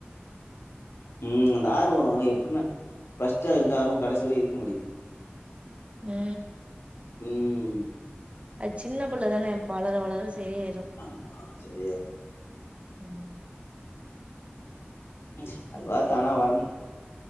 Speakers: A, on the left; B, on the right.
A: ம் அந்த ஆர்வோ எப்படின்னா பர்ஸ்ட்டா இருக்க ஆர்வோ கடைசிவர இருக்க மாட்டிக்குது
B: ஆ
A: ம்
B: அது சின்ன பிள்ளைதானே வளர வளர சரியாயிரு
A: ஆமா ஆ சரியாயிரு
B: ம்
A: ச்சி அதுவா தானா வரணு